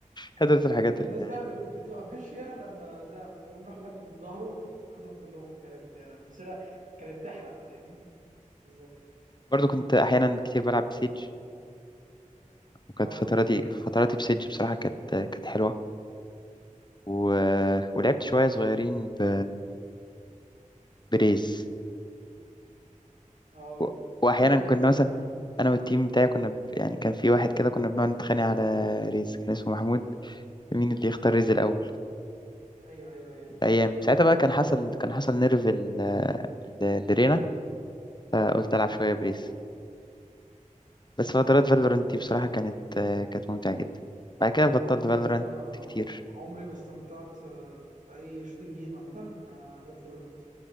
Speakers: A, on the left; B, on the right.
A: حضرت الحاجات
B: فالناس
A: اللي
B: بقى بت- بتبقى ماشيه لما ده يقوم راح لافف بظهره خدهم كلهم كانت آه، مسيره كانت تحرق فاهمني بالظبط
A: برضو كنت أحيانا كتير بلعب بسيج وكانت
B: اه
A: فتراتي
B: سيج
A: فتراتي بسيج بصراحة كانت كانت حلوة و... ولعبت شوية صغيرين ب... بريز
B: اه
A: و... وأحيانا
B: عمري ما عرفت
A: كنا
B: العب
A: مثلا
B: بيها
A: انا والتيم بتاعي كنا ب- يعني كان في واحد كده كنا بنقعد نتخانق على ريز كان اسمه محمود مين اللي يختار ريز الاول
B: ايوه ايوه ايوه
A: فايام ساعتها بقى كان حصل كان حصل نيرف ال- ال- لرينا فقلت العب شويه بريز بس فترات فالورنت دي بصراحه كانت آه، كانت ممتعه جدا بعد كده بطلت
B: لا بجد
A: فالورنت
B: انا
A: كتير
B: عمري ما استمتعت آه، باي شوتنج جيم عامه آه، غير فالورنت